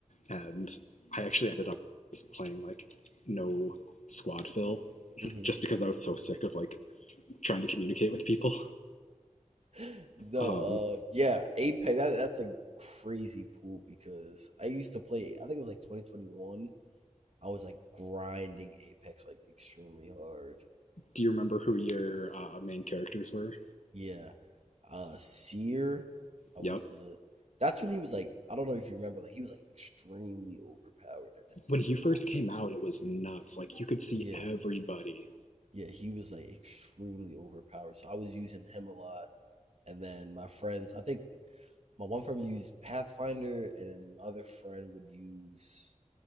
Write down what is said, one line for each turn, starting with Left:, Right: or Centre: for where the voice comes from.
Left: and I actually ended up just playing like no squad fill
Right: Mm-hmm.
Left: just because I was so sick of like trying to communicate with people.
Right: Mm-hmm. <laughs> no,
Left: Um,
Right: uh yeah, Apex that, that's a crazy pool because I used to play I think it was like twenty twenty one. I was like grinding Apex like extremely hard. And
Left: do you remember who your uh, main characters were?
Right: Yeah. Uh Seer. I
Left: Yep.
Right: was uh that's when he was like I don't know if you remember, like he was like extremely overpowered at that
Left: When
Right: time.
Left: he first came out, it was nuts. Like you could see
Right: Yeah.
Left: everybody.
Right: Yeah, he was like extremely overpowered. So I was using him a lot. And then my friends, I think my one friend would use Pathfinder and then my other friend would use